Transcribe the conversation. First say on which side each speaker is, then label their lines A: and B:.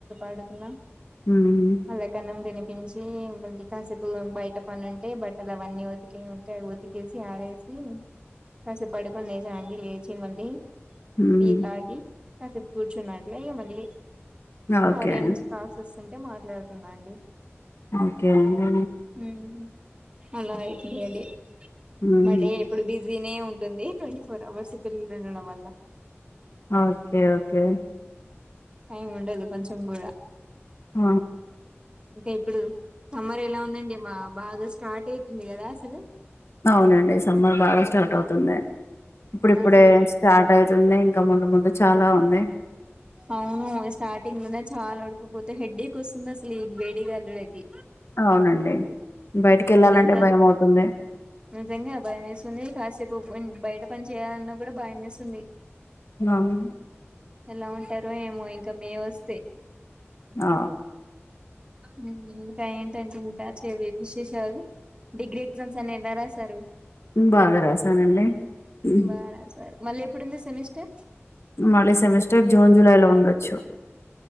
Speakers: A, on the right (about 20°); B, on the left (about 70°).
A: ఆడుకున్నా
B: మ్మ్
A: వాళ్లకు అన్నం తిని పించి మళ్లీ కాసేపు బయట పని ఉంటే బట్టలు అవన్నీ ఉతికివీ ఉంటే ఉతికేసి ఆరేసి కాసేపు పడుకొని లేచ అండి లేచి మళ్ళీ
B: మ్మ్
A: టీ తాగి కాసేపు కూర్చున్నాను మళ్లీ లేచి
B: ఓకే
A: కార్య నుంచి కాల్స్ వస్తుంటే మాట్లాడుతున్నాండి
B: ఓకే అండి
A: మ్మ్ అలా అయిపోయింది డే
B: మ్మ్
A: మా డే ఎప్పుడు బిజీ నే ఉంటుంది ట్వంటీ ఫోర్ అవర్స్ పిల్లు ఉండడం వల్ల
B: ఓకే ఓకే
A: టైం ఉండదు కొంచం కూడా
B: ఆ
A: ఇంకా ఇప్పుడు సమ్మర్ ఎలా ఉందండి. మా బాగా స్టార్ట్ అయితుంది కదా అసలు.
B: అవునండి సమ్మర్ బాగా స్టార్ట్ అవుతుంది. ఇప్పుడిప్పుడే
A: అసలు
B: స్టా ర్ట్ అయితున్నయి ఇంకా ముందు ముందు చాలా ఉన్నయి.
A: అవును స్టార్టింగ్ లోనే చాలా ఉడుకపోతా హెడ్డేక్ వస్తుంది అసలు ఈ వేడిగాలులకి.
B: అవునండి బయటికి ఎళ్ళాలంటే
A: ఇంకా
B: భయం అవుతుంది.
A: నిజంగా భయం ఎస్తుంది, కాసేపు ఇం బయట పని చేయాలన్నా కూడా భయం ఎస్తుంది.
B: అవును
A: ఎలా ఉంటారో ఏమో ఇంకా మే వస్తే.
B: ఆ
A: హ్మ్ ఇంకా ఎంటాంటీ ఇంకా చెవి విశేషాలు. డిగ్రీ ఎగ్జామ్స్ అన్ని ఎలా రాశారు.
B: బాగా రాసానండి. హ్మ్
A: బాగా రాశారు మళ్ళీ ఎప్పుడుంది సెమిస్టర్.
B: మళ్ళీ సెమిస్టర్ జూన్ జూలైలో ఉండొచ్చు.